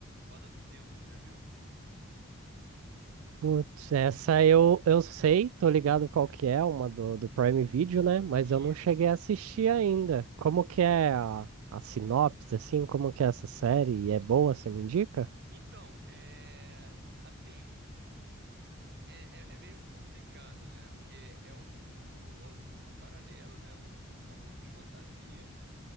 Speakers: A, on the right (about 55°); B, on the right (about 85°).
A: Roda do Tempo, tu já viu?
B: Putz, essa eu, eu sei, tô ligado qual que é, uma do, do Prime Video, né? Mas
A: Isso.
B: eu não cheguei a assistir ainda. Como que é a, a sinopse, assim? Como que é essa série? E é boa, você me indica?
A: Então, é. Assim, é, é, é meio complicado, né? Porque é um mundo alt- paralelo, né? É Um, é um mundo de fantasia.